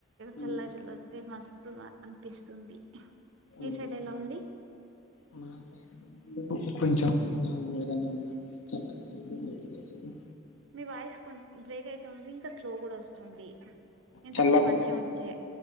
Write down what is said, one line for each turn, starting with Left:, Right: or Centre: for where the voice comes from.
Left: మ్మ్.
Right: చల్ల చల్లొస్తే మస్తుగా అనిపిస్తుంది, మీ
Left: ఉహు
Right: సైడ్ ఎలా ఉంది
Left: మా సైడ్ కూడా కొంచెం అలానే ఉన్నది అండీ చల్గా లేదు లేదు
Right: మీ వాయిస్ కొ బ్రేక్ అయితాంది, ఇంకా స్లో కూడా వస్తుంది. ఇంతకన్నా
Left: చల బా
Right: మంచిగా వచ్చే